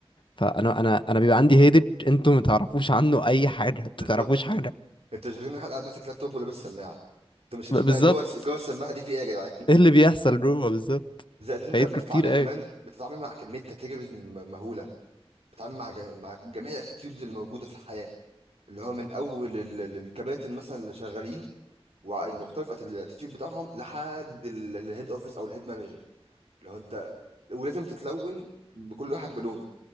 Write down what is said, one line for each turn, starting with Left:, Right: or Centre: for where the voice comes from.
Left: فانا انا انا بيبقى عندي هيدت انتوا ما تعرفوش عنه اي حاجه انتوا
Right: بالظبط
Left: تعرفوش حاجه
Right: انتوا شايفين واحد قاعد ماسك لابتوب ولابس سماعه انتوا مش شايفين
Left: ب- بالظبط
Right: بقى جوه الس- جوه السماعه دي في ايه يا جدعان
Left: ايه اللي بيحصل جوه بالظبط
Right: زائد انت
Left: فايتكم
Right: بتتعامل
Left: كتير قوي
Right: كمان بتتعامل مع كميه كاتيجوريز مهوله بتتعامل مع ج- مع جميع الاتيتيودز اللي موجوده في الحياه اللي هو من اول ال- ال- الكباتن مثلا اللي شغالين ومختلف الاتيتيود بتاعهم لحد الهيد اوفيس او الهيد مانجر اللي هو انت ولازم تتلون بكل واحد بلونه